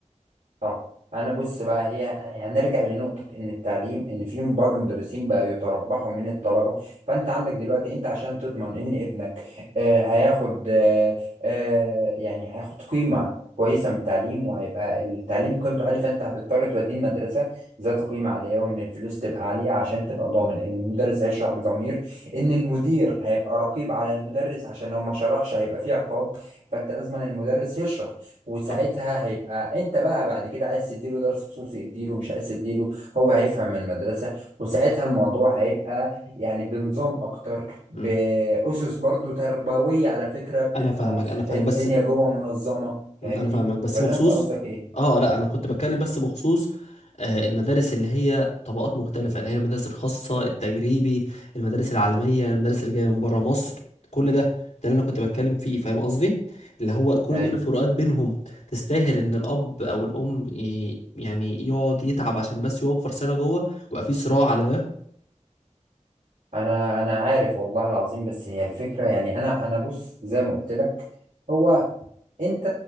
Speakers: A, on the right; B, on the left.
A: صح انا بص بقى هي هنرجع لنقطة ان التعليم ان في بعض المدرسين بقى يتربحوا من الطلبة فانت عندك دلوقتي انت عشان تضمن ان ابنك آه هياخد آه آه يعني هياخد قيمة كويسة من التعليم وهيبقى التعليم قيمته عالية فانت هتضطر توديه المدرسة ذات قيمة عالية وان الفلوس تبقى عالية عشان تبقى ضامن ان المدرس هيشرح بضمير ان المدير هيبقى رقيب على المدرس عشان لو ما شرحش هيبقى فيه عقاب فانت لازم المدرس يشرح وساعتها
B: صح
A: هيبقى انت بقى بعد كده عايز تديله درس خصوصي اديله مش عايز تديله هو هيفهم من المدرسة وساعتها الموضوع هيبقى يعني بنظام اكتر بأسس
B: مم.
A: برضو تربوية على فكرة بتبقى
B: أنا فاهمك أنا فاهمك
A: الدنيا
B: بس
A: جوه منظمة فاهمني
B: م، انا فاهمك بس
A: ولا
B: بخصوص
A: انت قصدك ايه
B: اه لا انا كنت بتكلم بس بخصوص آه، المدارس اللي هي طبقات مختلفة اللي هي المدارس الخاصة التجريبي المدارس العالمية المدارس اللي جاية من بره مصر كل ده ده اللي انا كنت بتكلم فيه فاهم قصدي اللي هو كل
A: ايوه
B: دول الفروقات بينهم تستاهل ان الاب او الام ي- يعني يقعد يتعب عشان بس يوفر سنة جوه ويبقى في صراع على ده
A: انا انا عارف والله العظيم بس هي الفكرة يعني انا انا بص زي ما قلت لك هو انت